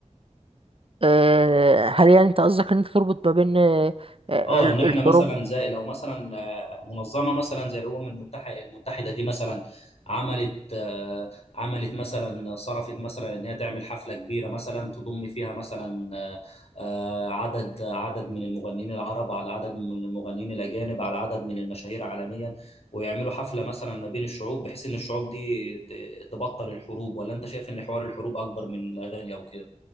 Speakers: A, on the right (about 45°); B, on the left (about 55°).
A: آه، هل يعني انت قصدك ان انت تربط ما بين آه، آه،
B: اه
A: الحروب
B: ان احنا مثلا زي لو مثلا آه، منظمه مثلا زي الامم المتحده المتحده دي مثلا عملت آه، عملت مثلا صرفت مثلا ان هي تعمل حفله كبيره مثلا تضم فيها مثلا آه، آه، عدد عدد من المغنيين العرب على عدد من المغنيين الاجانب على عدد من المشاهير عالميا ويعملوا حفله مثلا ما بين الشعوب بحيث ان الشعوب دي ت- تبطل الحروب ولا انت شايف ان حوار الحروب اكبر من الاغاني او كده